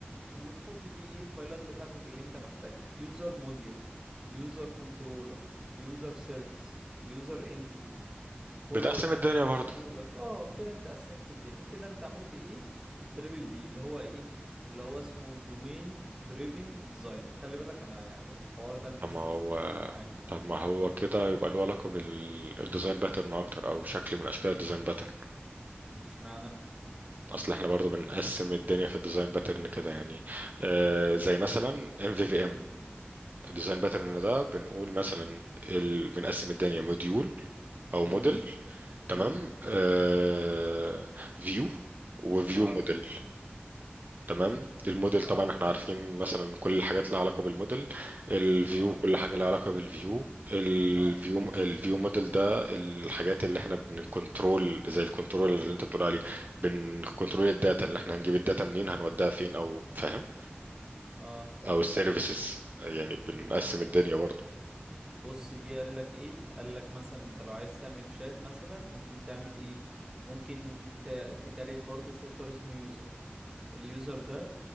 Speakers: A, on the right; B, on the right.
A: وتحط فيه ايه الفايلات بتاعتك اللي انت محتاجها يوزر موديول يوزر كنترولر يوزر سيرفيس يوزر انتيتي فولدر
B: بتقسم
A: تاني
B: الدنيا برضه
A: اسمه برودكت اه كده انت قسمت الدنيا كده انت عملت ايه التريبل دي اللي هو ايه اللي هو اسمه دومين دريفن ديزاين خلي بالك انا يعني الحوار ده انا
B: طب
A: لسه
B: ما هو
A: بستكشفه معاك يعني
B: طب ما هو كده يبقى له علاقة بالديزاين باترن أكتر أو شكل من أشكال الديزاين باترن
A: اشمعنى
B: أصل احنا برضو بنقسم الدنيا في الديزاين باترن كده يعني آه زي مثلا MVVM الديزاين باترن ده بنقول مثلا ال... بنقسم الدنيا موديول أو
A: امم
B: موديل مم. تمام
A: امم
B: آه فيو وفيو
A: اه
B: موديل تمام الموديل طبعا
A: اه
B: احنا عارفين مثلا كل الحاجات لها علاقة بالموديل الفيو
A: اه
B: كل حاجة لها علاقة بالفيو الفيو
A: اه
B: الفيو موديل ده الحاجات اللي احنا بنكنترول زي الكنترول اللي انت بتقول عليه بنكنترول الداتا اللي احنا هنجيب الداتا منين هنوديها فين او فاهم
A: اه
B: او السيرفيسز يعني بنقسم الدنيا برضو
A: بص جه قال لك ايه قال لك مثلا انت لو عايز تعمل شات مثلا ممكن تعمل ايه ممكن ت- تكريت برضو فولدر اسمه يوزر اليوزر ده